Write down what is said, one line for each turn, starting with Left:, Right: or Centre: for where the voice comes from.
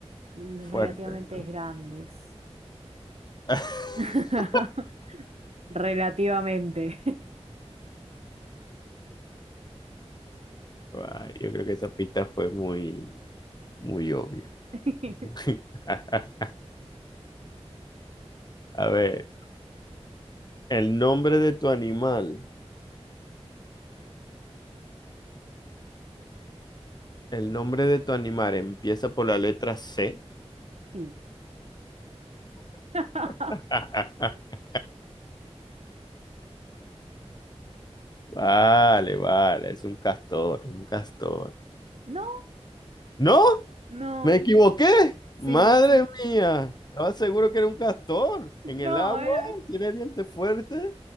Right: mm,
Left: Fuertes,
Right: relativamente
Left: ¿no?
Right: grandes.
Left: <laughs>
Right: <laughs> Relativamente.
Left: Guay, yo creo que esa pista fue muy, muy obvia.
Right: <laughs>
Left: <laughs> A ver, el nombre de tu animal, el nombre de tu animal empieza por la letra C.
Right: Sí. <laughs>
Left: <laughs> Vale, vale, es un castor, un castor.
Right: No,
Left: No,
Right: no,
Left: me equivoqué.
Right: sí.
Left: Madre mía, estaba seguro que era un castor. En
Right: No,
Left: el agua,
Right: era,
Left: tiene dientes fuertes.